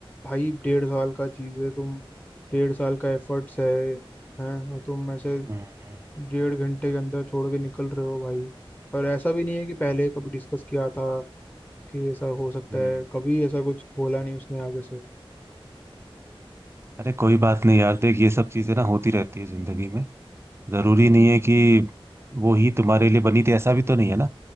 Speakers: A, on the left; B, on the right.
A: भाई डेढ़ साल का चीज़ है तुम डेढ़ साल का एफर्ट्स है हैं और तुम ऐसे
B: हम्म हम्म,
A: डेढ़ घंटे के अंदर छोड़ के निकल रहे हो भाई और ऐसा भी नहीं है कि पहले कभी डिस्कस किया था कि ऐसा हो सकता
B: हम्म।
A: है कभी ऐसा कुछ बोला नहीं उसने आगे से
B: अरे कोई बात नहीं यार देख ये सब चीजें ना होती रहती है जिंदगी में जरूरी नहीं है कि वो ही तुम्हारे लिए बनी थी ऐसा भी तो नहीं है ना